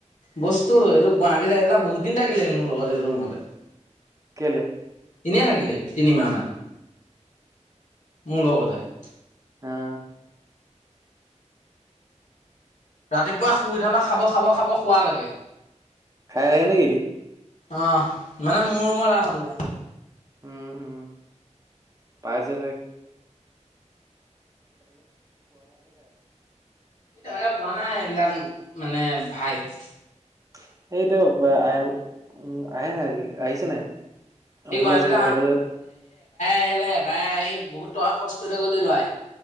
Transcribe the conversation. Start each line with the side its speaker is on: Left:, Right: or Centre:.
Left: বস্তু এইটো গুৱাহাটীত আহ পেলাই বহুত দিন থাকিলে মোৰ লগত এইটো ৰুমতে।
Right: কেলে?
Left: এনেই থাকিলে তিনিমাহ মান। মোৰ লগতে। <inaudible>
Right: হা।
Left: ৰাতিপুৱা শুই উ থাবা খাব খাব খাব শুৱ লাগে।
Right: খাই লাগে নেকি
Left: অ মানে মোৰ ৰুমত আহোতে
Right: উম', উম, পাইছে
Left: তেনেকে পোৱা নাই এইবিলাক মানে ভাইত।
Right: <unintelligible>
Left: <unintelligible>
Right: অভিলাষ
Left: বাই
Right: মই থাকোতে
Left: আহিলে বাই আহি বহুত টকা খৰচ কৰি থ গলে লয়